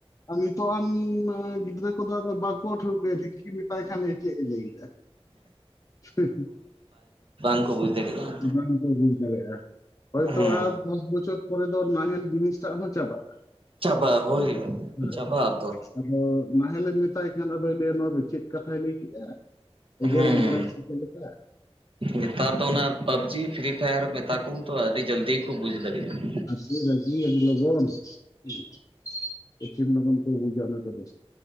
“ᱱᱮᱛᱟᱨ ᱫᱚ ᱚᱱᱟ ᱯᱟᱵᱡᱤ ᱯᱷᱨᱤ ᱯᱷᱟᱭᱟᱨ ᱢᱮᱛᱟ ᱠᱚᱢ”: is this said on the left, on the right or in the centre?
Right